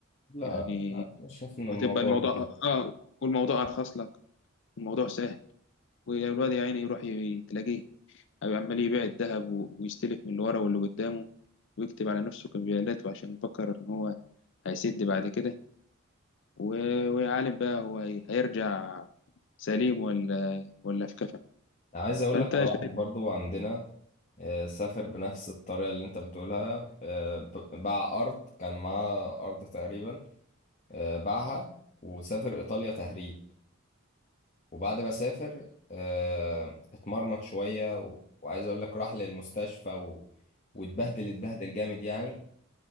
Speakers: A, on the left; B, on the left.
A: لا
B: يعني
A: لا انا شايف ان الموضوع
B: هتبقى الموضوع
A: ده يعني
B: آه والموضوع أرخص لك الموضوع سهل والواد يا عيني يروح ي- تلاقيه أو عمال يبيع الذهب و- ويستلف من اللي ورا واللي قدامه ويكتب على نفسه كمبيالات وعشان يفكر إن هو هيسد بعد كده و- ويعلم بقى هو هي- هيرجع سليم ولا ولا في كفن
A: عايز اقول
B: فأنت
A: لك على واحد
B: شايف
A: برضو عندنا آه، سافر بنفس الطريقه اللي انت بتقولها آه، ب- باع ارض كان معاه ارض تقريبا آه، باعها وسافر ايطاليا تهريب وبعد ما سافر آه، اتمرمط شويه و- وعايز اقول لك راح للمستشفى و... واتبهدل اتبهدل جامد يعني